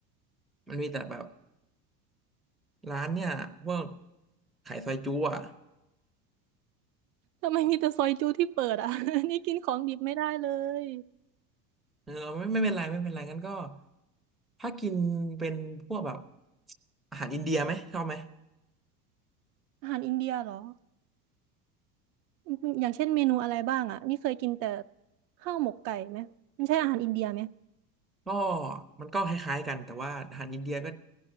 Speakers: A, in the centre; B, on the right.
A: มันมีแต่แบบร้านเนี่ยพวกขายซอยจุ๊อ่ะ
B: ทำไมมีแต่ซอยจูที่เปิดอ่ะ <laughs> นี่กินของดิบไม่ได้เลย
A: เออไม่ไม่เป็นไรไม่เป็นไรงั้นก็ถ้ากินเป็นพวกแบบอาหารอินเดียไหมชอบไหม
B: อาหารอินเดียเหรออืมอย่างเช่นเมนูอะไรบ้างอ่ะนี่เคยกินแต่ข้าวหมกไก่ไหมมันใช่อาหารอินเดียไหม
A: ก็มันก็คล้ายๆกันแต่ว่าอาหารอินเดียก็